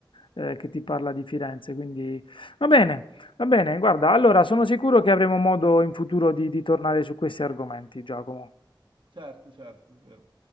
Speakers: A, on the left; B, on the right.
A: eh, che ti parla di Firenze, quindi va bene, va bene, guarda, allora sono sicuro che avremo modo in futuro di di tornare su questi argomenti, Giacomo.
B: Certo, certo, vero.